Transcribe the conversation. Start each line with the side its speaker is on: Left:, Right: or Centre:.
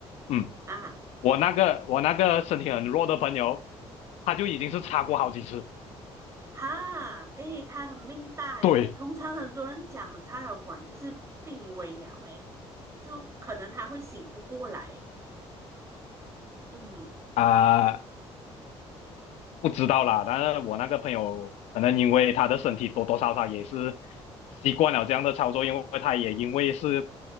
Left: 嗯，
Right: 啊
Left: 我那个我那个身体很弱的朋友，他就已经是插过好几次，
Right: 哈，诶，他很命大诶，
Left: 对。
Right: 通常很多人讲插药管就是病危呀，喂，就可能他会醒不过来，嗯，
Left: 啊、不知道啦，但是我那个朋友可能因为他的身体多多少少也是习惯了这样的操作，因为他也因为是